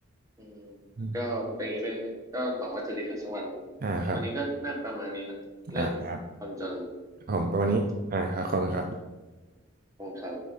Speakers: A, on the right; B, on the right.
A: อืม
B: อืม
A: ก็เป็นอย่างนี้ไปเลยก็หวังว่าจะดีขึ้นสักวัน
B: อ่าครับ
A: วันนี้ก็น่าประมาณนี้นะเรื่องความจน
B: อ่าครับผมประมาณนี้อ่าครับขอบคุณครับ
A: อืมขอบคุณครับ